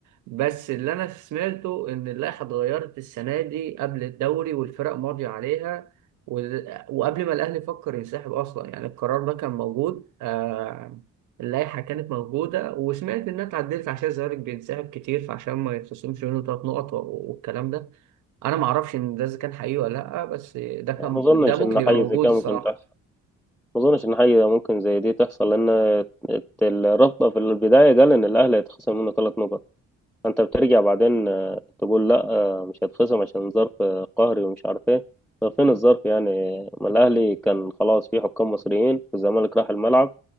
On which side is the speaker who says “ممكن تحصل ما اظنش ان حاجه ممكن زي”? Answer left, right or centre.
Centre